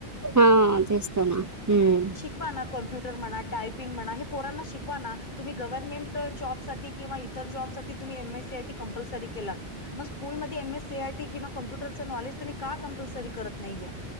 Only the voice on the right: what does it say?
हां तेच तर, ना हम्म.